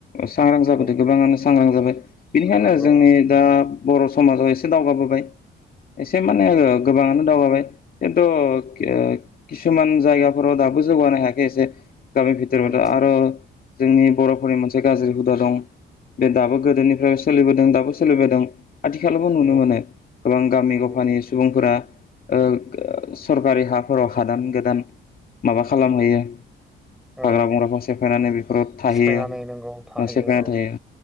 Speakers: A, on the left; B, in the centre.
A: सांग्रां जाबोदों
B: औ
A: गोबाङानो सांग्रां जाबाय बेनिखायनो
B: नंगौ
A: जोंनि दा बर' समाजाव एसे दावगाबोबाय एसे माने ओ गोबाङानो दावगाबाय खिन्तु के किसुमान जायगाफोराव दाबो जौगानो हायाखै एसे गामि भितोराव
B: नंगौ
A: दा आरो जोंनि बर'फोरनि मोनस से गाज्रि हुदा दं बे दाबो गोदोनिफ्राय सोलिबोदों दाबो सोलिबोदों आथिखालावबो नुनो
B: नंगौ
A: मोनो गोबां गामि
B: नंगौ
A: गफानि सुबुंफोरा ओ ओ सरकारि हाफोराव हादान गोदान माबा खालामहैयो हाग्रा
B: औ
A: बंग्राखौ सेफायनानै बेफोराव थाहैयो
B: सिफायनानै
A: ओ
B: नंगौ थाहैयो
A: सेफायना
B: औ
A: थायो